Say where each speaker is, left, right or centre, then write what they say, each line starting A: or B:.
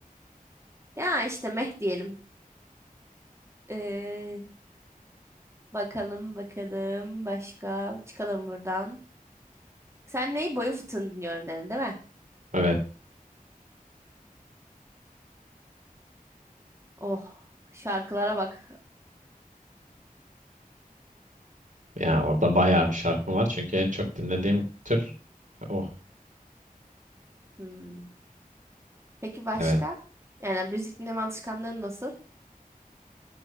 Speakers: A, on the right; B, on the right.
A: Ya işte meh diyelim. Ee, bakalım bakalım başka çıkalım buradan. Sen neyi boyu fıtığını dinliyorum dedin değil mi?
B: Evet.
A: Oh şarkılara bak.
B: Ya orada bayağı bir şarkı var. Çünkü en çok dinlediğim tür o.
A: Hmm. Peki başka?
B: Evet.
A: Yani müzik dinleme alışkanlığın nasıl?